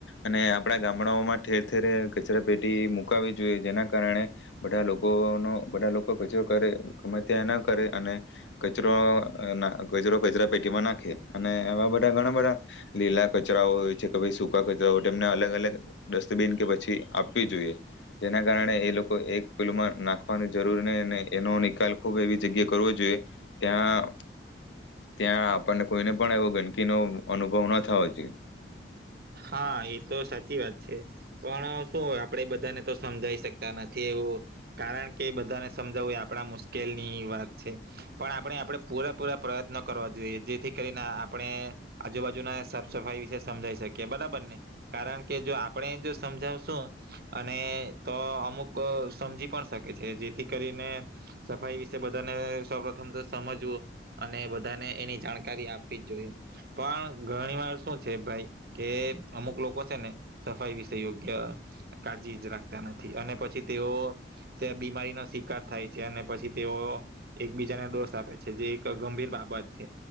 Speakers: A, on the left; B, on the right.
A: અને આપણા ગામડાઓમાં ઠેર ઠેરે કચરા પેટી મુકાવવી જોઈએ જેના કારણે, બધા લોકોનો બધા લોકો કચરો કરે ત્યાં ના કરે અને, કચરો કચરો કચરા પેટીમાં નાખે અને આવા બધા ઘણા બધા, લીલા કચરાઓ હોય છે કે ભ સૂકા કચરા હોય એમને અલગ અલગ ડસ્ટબીન કે પછી પછી આપવી જોઈએ. જેના કારણે એ લોકો એક ફુલમાં નાખ રાખવાની જરૂર નહી એનો નિકાલ ખૂબ એવી જગ્યાએ કરવો જોઈએ, ત્યાં ત્યાં આપણને કોઈને પણ એવો ગંદકીનો અનુભવ ન થવો જોઈએ.
B: હા એ તો સાચી વાત છે, પણ શું હોય આપડે બધાને તો સમજાઈ શકતા નથી એવું, કારણ કે બધાને સમજાવવું એ આપણા મુશ્કેલની વાત છે, પણ આપણે આપણે પૂરાપૂરા પ્રયત્ન કરવા જોઈએ જેથી કરીને આપણે આજુબાજુના સાફ સફાઈ વિશે સમજાઈ શકીએ. કે બરાબર ને, કારણ કે જો આપણે જો સમજાવશું, અને તો અમુક સમજી પણ શકે છે જેથી કરીને, સફાઈ વિશે બધાને સૌપથમ તો સમજવું, અને બધાને એની જાણકારી આપવી જ જોઈએ, પણ ઘણી વાર શું છે ભાઈ. કે અમુક લોકો છે ને સફાઈ વિશે યોગ્ય કાળજી રાખતા નથી અને પછી તેઓ, બીમારીનો શિકાર થાય છે અને પછી તેઓ એકબીજાને દોષ આપે છે જે એક ગંભીર બાબત છે,